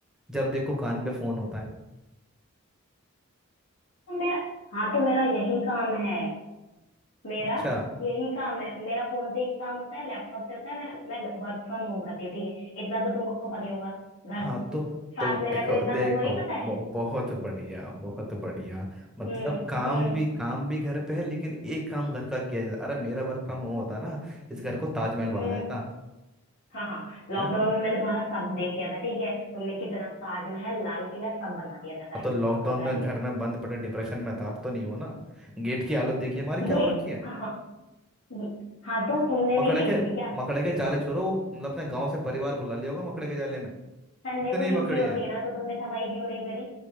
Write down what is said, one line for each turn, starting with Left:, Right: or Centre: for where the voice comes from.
Centre: जब देखो कान पे फोन होता है
Left: तो मेरा हाँ तो मेरा यही काम है मेरा
Centre: अच्छा
Left: यही काम है मेरा फोन से ही काम होता है लैपटॉप से होता है मेरा मैं वर्क फ्रॉम होम करती हूँ ठीक है इतना तो तुमको पता ही होगा घर
Centre: हाँ तो
Left: साथ
Centre: तो
Left: में रहते
Centre: देखो
Left: हो इतना
Centre: देखो
Left: तुमको नहीं पता
Centre: बहु-
Left: है
Centre: बहुत बढ़िया बहुत बढ़िया मतलब
Left: हम्म
Centre: काम
Left: हम्म
Centre: भी काम भी घर पे है लेकिन एक काम घर का किया जाता अरे मेरा वर्क फ्रॉम होम होता ना इस घर को ताजमहल बना
Left: हम्म
Centre: देता
Left: हाँ हाँ लॉकडाउन
Centre: है
Left: में मैंने तुम्हारा सब देख लिया था ठीक है तुमने कितना ताजमहल लाल किला सब बना दिया था
Centre: अब
Left: घर
Centre: तो लॉकडाउन
Left: घर
Centre: में
Left: में
Centre: घर में बंद पड़े डिप्रेशन में था अब तो नहीं हो ना गेट की हालत देखिए हमारी क्या
Left: ये
Centre: हो रखी है
Left: हाँ हाँ ये हाँ तो
Centre: हैं?
Left: तुमने नहीं
Centre: मकड़े
Left: देखी
Centre: के
Left: थी क्या
Centre: मकड़े के जाले छोड़ो वो मतलब अपने गांव से परिवार बुला लिया होगा मकड़े के जाले में
Left: संडे
Centre: इतनी
Left: को छुट्टी
Centre: मकड़ियां
Left: होती है
Centre: हैं
Left: ना तो तुमने सफाई क्यों नहीं करी